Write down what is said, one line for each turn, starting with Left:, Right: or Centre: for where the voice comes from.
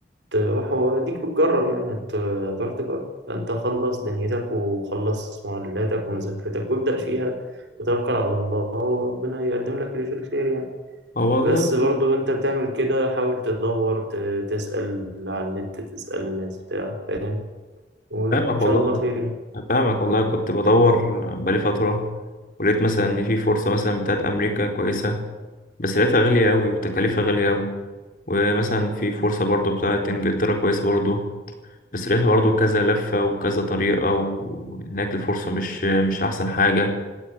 Right: تروح وديك بتجرب يعني هت- هتروح تجرب فانت خلص دنيتك وخلص معلاتك ومذاكرتك وابدأ فيها وتوكل على الله وربنا يقدم لك اللي فيه الخير يعني
Left: اه والله
Right: بس برضو انت بتعمل كده حاول تدور ت- تسأل على النت تسأل الناس بتاع فاهم وان
Left: فاهمك
Right: شاء
Left: والله
Right: الله خير يعني
Left: فاهمك والله كنت بدور بقالي فتره ولقيت مثلا ان في فرصه مثلا بتاعت امريكا كويسه بس لقيتها غاليه قوي وتكاليفها غاليه قوي ومثلا في فرصه برضو بتاعت انجلترا كويسه برضو بس لقيتها برضو كذا لفه وكذا طريقه وهناك الفرصه مش مش احسن حاجه